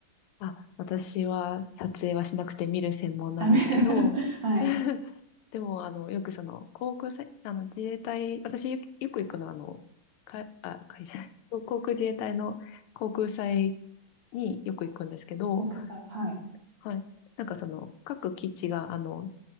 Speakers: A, on the left (about 90°); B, on the right (about 60°).
A: あ、私は撮影はしなくて見る専門なんですけど、
B: あ、め <laughs> はい。
A: <laughs> でも、あの、よくその、航空祭、あの、自衛隊、私よく、よく行くのは、あの、か、あ、会社、<laughs> 航空自衛隊の航空祭によく行くんですけど、
B: 国際、はい。
A: はい。なんかその、各基地が、あの、